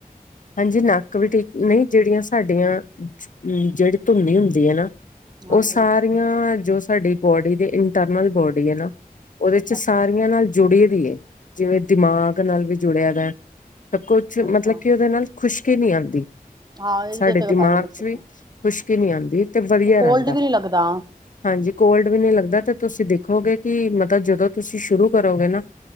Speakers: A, on the left (about 60°); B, on the right (about 25°).
A: ਹਾਂਜੀ ਨੱਕ ਵੀ ਠੀਕ ਨਹੀਂ ਜਿਹੜੀਆਂ ਸਾਡੀਆਂ ਹੂੰ ਜਿਹੜੀ ਧੁੰਨੀ ਹੁੰਦੀ ਹੈ ਨਾ
B: ਹਾਂਜੀ
A: ਉਹ ਸਾਰੀਆਂ ਜੋ ਸਾਡੀ ਬੋਡੀ ਦੀ ਇੰਟਰਨਲ ਬੋਡੀ ਹੈ ਨਾ ਉਹਦੇ ਸਾਰੀਆਂ
B: ਅੱਛਾ
A: ਨਾਲ ਜੁੜੀ ਜਿਵੇਂ ਦਿਮਾਗ ਨਾਲ ਵੀ ਜੁੜਿਆ ਦਾ ਸਭ ਕੁਛ
B: ਅੱਛਾ
A: ਮਤਲਬ ਕਿ ਨਾਲ ਖੁਸ਼ਕੀ ਨਹੀਂ ਆਉਂਦੀ
B: ਹਾਂ ਇਹਦੇ
A: ਸਾਡੇ
B: ਤੇ
A: ਦਿਮਾਗ
B: ਪਤਾ ਲੱਗ ਸਕਦਾ।
A: ਚ ਵੀ ਖੁਸ਼ਕੀ ਨਹੀਂ ਅਉਂਦੀ ਕੀ ਨਹੀਂ ਆਉਂਦੀ <unintelligible> ਤੇ ਵਧੀਆ
B: ਕੋਲਡ
A: ਰਹਿੰਦਾ
B: ਵੀ ਨੀ ਲੱਗਦਾ
A: ਹਾਂਜੀ ਕੋਲਡ ਵੀ ਨਹੀਂ ਲੱਗਦਾ ਤੇ ਤੁਸੀਂ ਦੇਖ ਦੇਖੋਗੇ ਕਿ ਮਤਲਬ ਜਦੋਂ ਤੁਸੀਂ ਸ਼ੁਰੂ ਕਰੋਗੇ ਨਾ